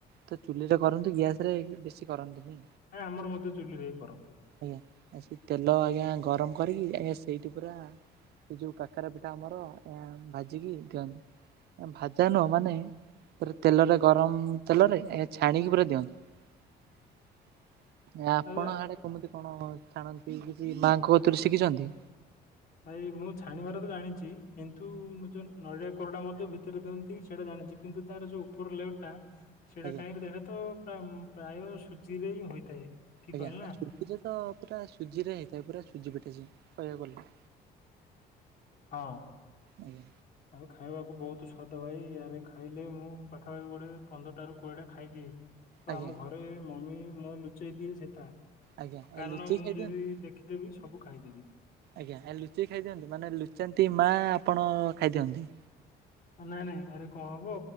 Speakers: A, on the right; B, on the left.
A: ତ ଚୁଲିରେ କରନ୍ତୁ ଗ୍ୟାସ ରେ ବେଶୀ କରନ୍ତିନି।
B: ଏ ଆମର ମଧ୍ୟ ଚୁଲି ରେ କରନ୍ତି।
A: ଆଜ୍ଞା ଆ ସେ ତେଲ ଆଜ୍ଞା ଗରମ କରିକି ଆଜ୍ଞା ସେଇଠି ପୁରା ସେ ଯୋଉ କାକରା ପିଠା ଆମର ଆଜ୍ଞା ଭାଜିକି ଦିଅନ୍ତି। ଭାଜା ନୁହଁ ମାନେ <unintelligible> ତେଲରେ ଗରମ ତେଲରେ ଆଜ୍ଞା ଛାଣିକି ପୁରା ଦିଅନ୍ତି। ଆପଣ
B: ଆରେ
A: ଆଡେ କୋମୁତି କଣ ଛାଣନ୍ତି କିଛି ମାଆଙ୍କ କତୁରୁ ଶିଖିଚନ୍ତି?
B: ଭାଇ ମୁଁ ଛାଣିବାର ତ ଜାଣିଚି କିନ୍ତୁ ମୁ ଯୋଉ ନଡ଼ିଆ କୋରଟା ମଧ୍ୟ ଭିତରେ ଦିଅନ୍ତି ସେଟା ଜାଣିଚି କିନ୍ତୁ ତାର ଯୋଉ ଉପର ଲେୟର ଟା ସେଇଟା
A: ଆଜ୍ଞା
B: କାହିଁକି ସେଟା ତ ପ୍ରାୟ ସୁଜିରେ ହିଁ ହୋଇଥାଏ। ଠିକ
A: ଆଜ୍ଞା
B: କହିଲି ନା
A: ସୁଜିରେ ତ ପୁରା ସୁଜିରେ ହେଇଥାଏ ପୁରା ସୁଜି ପିଠା ସିଏ କହିବାକୁ ଗଲେ।
B: ହଁ।
A: ଆଜ୍ଞା।
B: ଆରେ ଖାଇବାକୁ ବହୁତ ସ୍ୱାଦ ଭାଇ ରେ ଖାଇଲେ ମୁଁ ପାଖାପାଖି ଗୋଟେ ପନ୍ଦରଟା ର କୋଡ଼ିଏଟା ଖାଇଦିଏ। ତ ଆମ
A: ଆଜ୍ଞା
B: ଘରେ ମମି ମୁଁ ଲୁଚେଇ ଦିଏ ସେତା
A: ଆଜ୍ଞା
B: କାରଣ
A: ଏ ଲୁଚେଇ
B: ମୁଁ
A: ଖାଇଦିଅନ୍ତି
B: ଯଦି ଦେଖିଦେବି ସବୁ ଖାଇଦେବି।
A: ଆଜ୍ଞା ଲୁଚେଇକି ଖାଇଦିଅନ୍ତି ମାନେ ଲୁଚାନ୍ତି ମା ଆପଣ ଖାଇଦିଅନ୍ତି।
B: ନାଇଁ ନାଇଁ ଆରେ କଣ ହବ